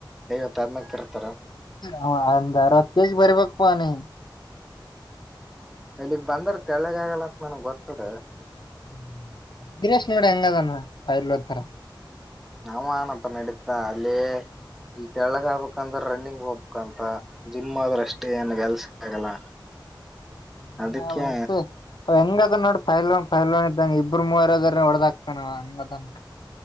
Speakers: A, in the centre; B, on the left (about 65°).
A: ಐವತ್ತು ಆದದ್ಮಕ್ ತರ್ತಾರ
B: ಅವ ಅಂದರತ್ಕಜ ರ್ಬೇಕಕ್ಪಾನಿ.
A: ಇಲ್ಲಿಗ್ ಬಂದ್ರ ತೆಳ್ಳಗ ಆಗಲ್ಲಂತ ನನ್ಗ್ ಗೊತ್ತದ.
B: <unintelligible> ಗಿರಶ್ ನೋಡ್ ಹೆಂಗದನ ಪೈಲ್ವಾನ್ ತರ.
A: ಮಾವನನಪ್ಪ ನಡೀತಾ ಅಲ್ಲಿ ಇಲ್ ತೆಳ್ಳಗ್ ಆಗ್ಬೇಕಂದ್ರ ರನ್ನಿಂಗ್ ಹೋಗ್ಬೇಕಂತ ಜಿಮ್ ಆದ್ರ ಅಷ್ಟೇ ಏನ್ ಕೆಲ್ಸ ಆಗಲ್ಲ
B: <inaudible> <unintelligible>
A: ಅದಕ್ಕೆ
B: ಎಷ್ಟೇ ಹೆಂಗದ ನೋಡಿ ಫೈಲ್ ಫೈಲ್ ಇದ್ದಂಗ ಇಬ್ಬರು ಮೂವರದ್ರ ಹೊಡದಾಕ್ ನವಾ ಅಂಗದನ.